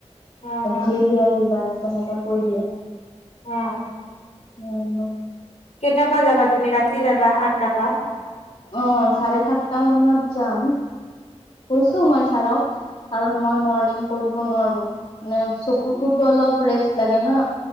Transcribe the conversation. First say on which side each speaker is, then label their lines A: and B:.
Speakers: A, on the left; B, on the left.
A: অ অ
B: ঢেলি আহিবানে। কেনেকা কৈ দিয়ে।
A: উম।
B: উম।
A: কেইটাৰ পৰা যাবা তুমি ৰাতি যাবা আঠটাৰ পৰা।
B: অ চাৰে সাতটা মানত যাম কৈছো মই ছাৰক কাৰণ মই মৰ্ণিং কৰিব নোৱাৰো মানে চকুতোতো অলপ ৰেষ্ট লাগে ন।